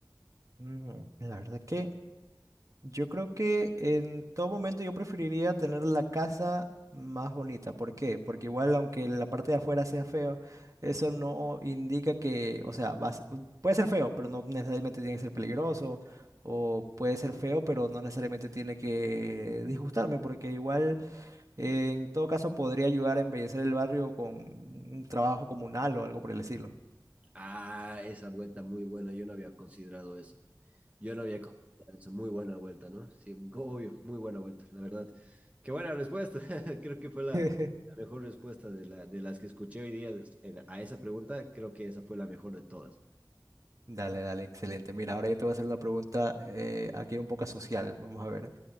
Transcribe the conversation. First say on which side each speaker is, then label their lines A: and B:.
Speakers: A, on the right; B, on the right.
A: Mm, la verdad que Yo creo que en todo momento yo preferiría tener la casa más bonita. ¿Por qué? Porque igual aunque la parte de afuera sea feo, eso no indica que, o sea, va a ser- puede ser feo, pero no necesariamente tiene que ser peligroso. O puede ser feo, pero no necesariamente tiene que disgustarme, porque igual eh, en todo caso podría ayudar a embellecer el barrio con un trabajo comunal o algo por el estilo.
B: Ah, esa vuelta muy buena, yo no había considerado eso. Yo no había considerado eso. Muy buena vuelta, ¿no? Sí, obvio, muy buena vuelta, la verdad. Qué buena respuesta. <laughs> Creo que fue la,
A: <laughs>
B: la mejor respuesta de, la, de las que escuché hoy día en- a esa pregunta. Creo que esa fue la mejor de todas.
A: Dale, dale, excelente. Mira, ahora yo te voy a hacer una pregunta eh, aquí un poco social. Vamos a ver.